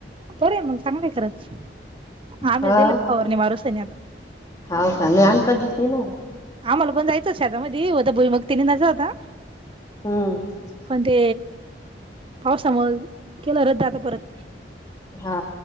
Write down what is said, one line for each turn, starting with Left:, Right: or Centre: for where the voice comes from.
Right: बरंय मग चागलय खरंच. आम्ही
Left: हा
Right: दिली फवारणी मारून सनी आता.
Left: हाव का नाही आम कधीच नाही मारित
Right: आम्हाला पण जायचं होतं शेतामधी, होता भुई मुग ते निदायच होता.
Left: हम्म
Right: पण ते पावसामुळे केल रद्द आता परत.
Left: हा.